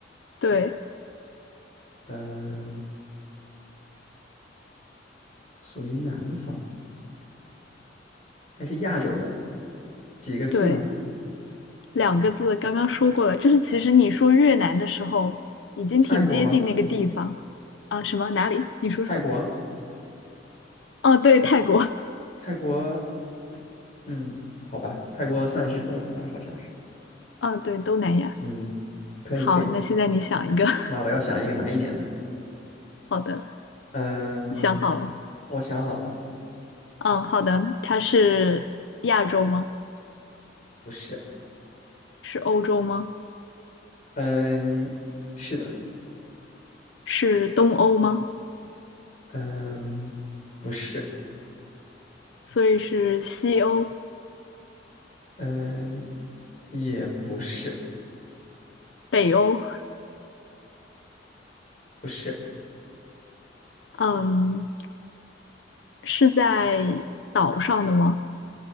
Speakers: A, on the left (about 75°); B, on the left (about 40°).
A: 对
B: 嗯，属于南方，还是亚洲的？几个字呢？
A: 对，两个字刚刚说过了，就是其实你说越南的时候，已经挺接近那个地方啊。
B: 泰国吗？
A: 什么？哪里？你说什么？
B: 泰国，
A: 哦，对，泰国。
B: 泰国，嗯，好吧，泰国算是东南亚，好像是。
A: 哦，对，东南亚。
B: 嗯，可以，
A: 好，
B: 可以。
A: 那现在你想一个。<laughs>
B: 那我要想一个难一点的。
A: 好的，
B: 嗯，
A: 你想好了。
B: 我想好了，
A: 嗯，好的。它是亚洲吗？
B: 不是。
A: 是欧洲吗？
B: 嗯，是的。
A: 是东欧吗？
B: 嗯，不是。
A: 所以是西欧、
B: 嗯，也不是。
A: 北欧。
B: 不是，
A: 嗯，是在岛上的吗？